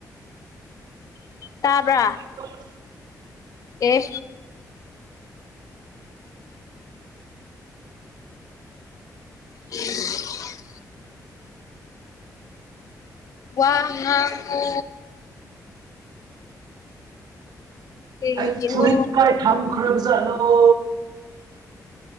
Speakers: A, on the left; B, on the right.
A: ꯇꯥꯕ꯭ꯔꯥ꯫
B: <unintelligible>
A: ꯑꯦ꯫ <inaudible> ꯋꯥ ꯉꯥꯡꯉꯣ꯫ ꯀꯩꯒꯤꯅꯣ
B: ꯑꯩ ꯐꯨꯔꯤꯠ ꯀꯥꯏ ꯊꯝꯈ꯭ꯔꯕꯖꯥꯠꯂꯣ꯫